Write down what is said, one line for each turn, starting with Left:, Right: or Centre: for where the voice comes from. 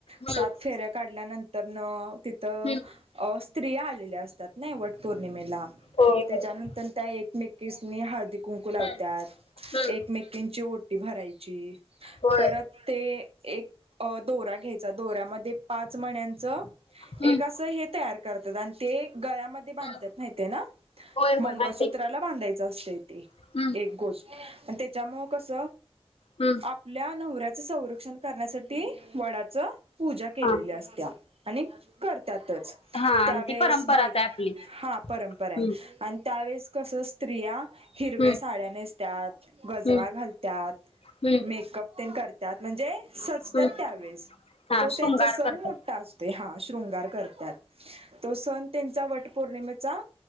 Left: हम्म
Right: सात फेऱ्या काढल्यानंतर न तिथं
Left: हम्म
Right: अ स्त्रिया आलेल्या असतात ना, वट पौर्णिमेला,
Left: होय होय
Right: त्याच्यानंतर त्या एकमेकीसनी हाळदी कुंकू लावत्यात
Left: हम्म हम्म
Right: एकमेकींची ओटी भरायची,
Left: होय
Right: परत ते एक अ दोरा घ्यायचा, दोऱ्यामध्ये पाच मन्याचं
Left: हम्म
Right: एक अस हे तयार करतात आणि ते गळ्यामध् ते बांधत्यात
Left: हम्म
Right: माहितेना,
Left: होय
Right: मंगळसूत्राला
Left: होय माहितीय
Right: बांधायच असतेय ते
Left: हम्म
Right: एक गोष्ट अ त्याच्यामुळ कस
Left: हम्म.
Right: आपल्या नवऱ्याच संरक्षण करण्यासाठी, वडाच पूजा केलेल्या
Left: हा
Right: असत्या. आणि करत्यातच.
Left: हा
Right: त्यावेळेस
Left: आणि ती परंपराच
Right: बाई,
Left: आहे आपली
Right: हां परंपरा
Left: हम्म
Right: ये आणि त्यावेळेस तस स्त्रिया हिरव्या
Left: हम्म
Right: साड्या नेसत्यात, गजरा
Left: हम्म
Right: घालत्यात.
Left: हम्म
Right: मेकअप ते करतात, म्हणजे सजत्यात
Left: हम्म
Right: त्यावेेळेस
Left: हा
Right: त्यांचा
Left: शृंगार
Right: सण
Left: करतात
Right: मोठा असतोय हा शृंगार करत्यात, तो सण त्यांचा वट पौर्णिमेचा